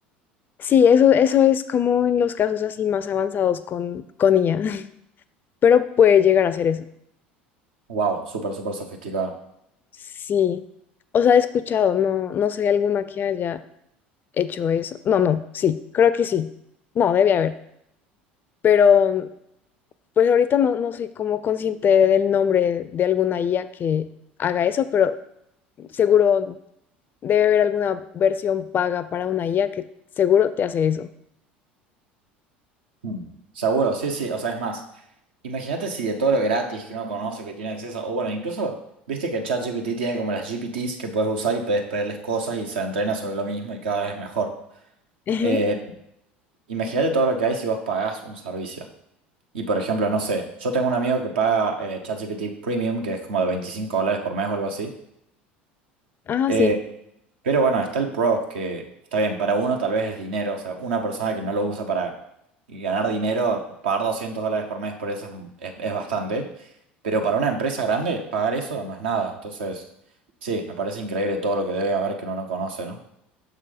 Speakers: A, on the left; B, on the right.
A: Sí, eso, eso es como en los casos así más avanzados con, con IA, <laughs> pero puede llegar a hacer eso.
B: Wow, súper, súper sofisticado.
A: Sí. O sea, he escuchado, no, no sé alguna que haya hecho eso. No, no, sí, creo que sí. No, debe haber. Pero pues ahorita no, no soy como consciente del nombre de alguna IA que haga eso, pero seguro debe haber alguna versión paga para una IA que seguro te hace eso.
B: Mm. Seguro, sí, sí, o sea, es más, imagínate si de todo lo gratis que uno conoce, que tiene acceso, o bueno, incluso, viste que ChatGPT tiene como las GPTs que puedes usar y puedes pedirles cosas y se entrena sobre lo mismo y cada vez es mejor.
A: Ajá.
B: Eh, imagínate todo lo que hay si vos pagás un servicio. Y por ejemplo, no sé, yo tengo un amigo que paga eh, ChatGPT Premium, que es como de 25 dólares por mes o algo así.
A: Ah,
B: Eh,
A: sí,
B: Pero bueno, está el pro, que está bien, para uno tal vez es dinero, o sea, una persona que no lo usa para ganar dinero, pagar 200 dólares por mes por eso es, es, es bastante, pero para una empresa grande, pagar eso no es nada. Entonces, sí, me parece increíble todo lo que debe haber que uno no conoce, ¿no?